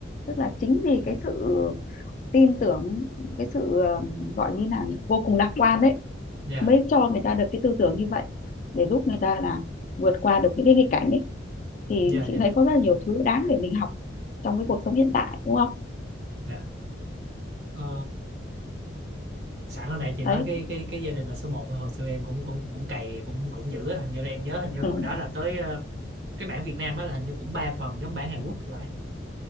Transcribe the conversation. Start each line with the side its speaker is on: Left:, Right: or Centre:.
Left: tức là chính vì cái sự tin tưởng cái sự ờ, gọi như nào nhỉ vô cùng lạc quan đấy
Right: dạ
Left: mới cho người ta được cái tư tưởng như vậy để giúp người ta là vượt qua được những cái nghịch cảnh ấy thì
Right: dạ
Left: chị
Right: dạ
Left: thấy có rất là nhiều thứ đáng để mình học trong cái cuộc sống hiện tại đúng không
Right: dạ Ờ, sẵn hồi nãy chị nói
Left: đấy
Right: cái cái cái gia đình là số một hồi xưa em cũng cũng cũng cày cũng cũng dữ á. hình như là em nhớ hình như
Left: ừ,
Right: hồi đó là tới ờ, cái bản Việt Nam đó là hình như cũng ba phần giống bản Hàn Quốc thì phải